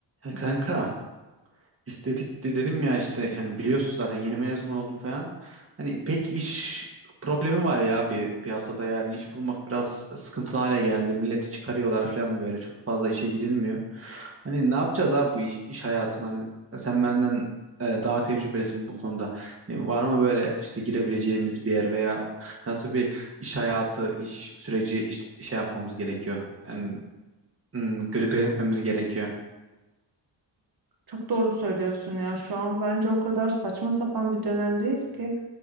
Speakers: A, on the right; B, on the right.
A: Ya kanka istedik de dedim ya işte yani biliyorsun zaten yeni mezun oldum falan. Hani pek iş problemi var ya bir piyasada yani iş bulmak biraz sıkıntılı hale geldi. Milleti çıkarıyorlar falan böyle çok fazla işe girilmiyor. Hani ne yapacağız abi bu iş, iş hayatına? Hani sen benden e, daha tecrübelisin bu konuda. Hani var mı böyle işte girebileceğimiz bir yer veya nasıl bir iş hayatı, iş süreci işte şey yapmamız gerekiyor? Yani hmm, gö- gözetmemiz gerekiyor.
B: Çok doğru söylüyorsun ya. Şu an bence o kadar saçma sapan bir dönemdeyiz ki.